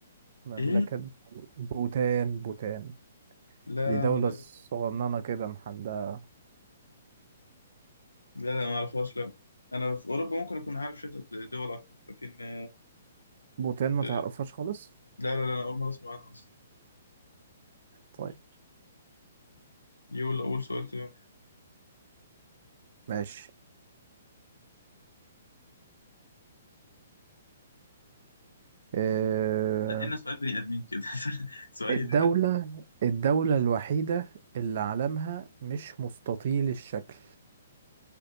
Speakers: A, on the right (about 50°); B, on the left (about 80°).
A: مملكة
B: ايه؟
A: بوتان بوتان
B: لا
A: دي
B: لا
A: دولة
B: مش عارفها
A: صغننة كده محددة
B: لا لا ما اعرفهاش لا انا في اوروبا ممكن اكون عارف شويه د- دول اكتر لكن آه،
A: بوتان ما
B: آه،
A: تعرفهاش خالص
B: لا لا لا انا اول مره اسمع عنها اصلا
A: طيب
B: يقول اول سؤال تاني
A: ماشي أه
B: نقلنا سؤال بني ادمين كده <laughs> سؤال
A: الدولة
B: يتحل
A: الدولة الوحيدة اللي علمها مش مستطيل الشكل